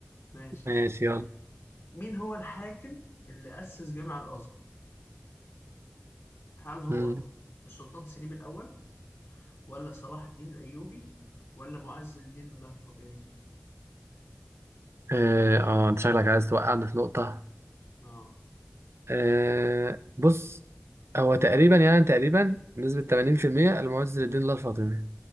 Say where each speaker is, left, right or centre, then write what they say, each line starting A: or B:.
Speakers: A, on the left (about 80°); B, on the right (about 75°).
A: ماشي
B: ماشي يلا
A: مين هو الحاكم اللي أسس جامع الأزهر هل هو
B: مم.
A: السلطان سليم الأول ولا صلاح الدين الأيوبي ولا معز الدين الله الفاطمي
B: اه آه، انت شكلك عايز توقعنا في نقطة
A: اه
B: آه بص هو تقريبا يعني تقريبا بنسبة 80% المعز لدين الله الفاطمي